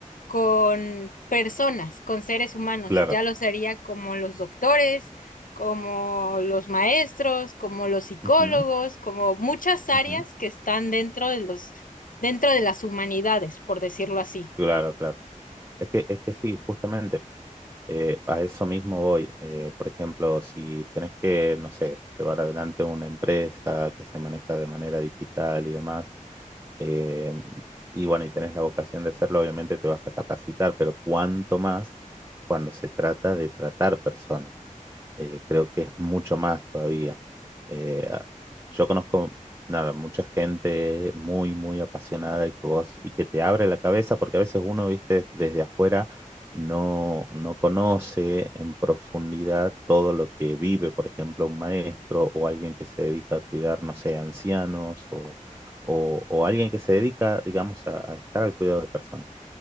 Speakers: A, on the left (about 80°); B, on the right (about 20°).
A: con personas, con seres humanos.
B: claro.
A: Ya lo sería como los doctores, como los maestros, como los psicólogos,
B: ujú,
A: como muchas áreas
B: ujú,
A: que están dentro de los, dentro de las humanidades, por decirlo así.
B: Claro, claro. Es que, es que sí, justamente. Eh, a eso mismo voy. Eh, por ejemplo, si tenés que, no sé, llevar adelante una empresa que se maneja de manera digital y demás, eh, y bueno, y tenés la vocación de hacerlo, obviamente te vas a capacitar, pero cuánto más cuando se trata de tratar personas. Eh, creo que es mucho más todavía. Eh, yo conozco, nada, mucha gente muy, muy apasionada y que vos, y que te abre la cabeza, porque a veces uno, viste, desde afuera no, no conoce en profundidad todo lo que vive, por ejemplo, un maestro o alguien que se dedica a cuidar, no sé, ancianos o, o- o alguien que se dedica, digamos, a, a estar al cuidado de personas.